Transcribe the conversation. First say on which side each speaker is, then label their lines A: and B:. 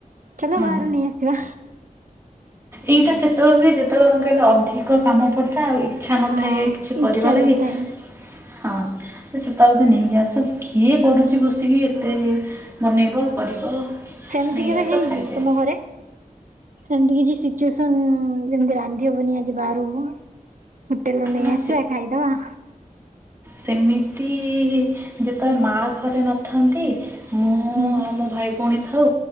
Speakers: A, on the right; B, on the right.
A: ଚାଲ
B: ହୁଁ
A: ବାହାରୁ ନେଇ ଆସିବା।
B: ଏଇଟା ସେତେବେଳେ ହୁଏ, ଯେତେବେଳେ କଣ କହିଲ ଅଧିକ କାମ ପଡିଥାଏ ଆଉ, ଇ ଇଚ୍ଛା ନଥାଏ,
A: ହଁ
B: କିଛି କରିବା
A: ଇଚ୍ଛା
B: ଲାଗି।
A: ନଥାଏ।
B: ହଁ, ସେତେବେଳ ତ ନେଇକି ଆସ। କିଏ କରୁଛି ବସିକି ଏତେ-ଏ ବନେଇବ, କରିବ।
A: ସେମିତି
B: ନେଇ
A: କେବେ
B: ଆସ
A: ହେଇଛି,
B: ଖାଇଦେ
A: ତୁମ ଘରେ? ସେମତି କିଛି ସିଚୁଏସନ୍ ଯେମତି ରାନ୍ଧି ହବନି, ଆଜି ବାହାରୁ ହୋଟେଲ ନେଇ
B: ନା
A: ଆସିବା, ଖାଇଦବାଁ।
B: ସେମିତି-ଇ ଯେତେବେଳେ ମାଁ ଘରେ ନଥାନ୍ତି। ମୁଁ-ଉ
A: ହୁଁ।
B: ଆଉ, ମୋ ଭାଇ ଭଉଣୀ ଥାଉ।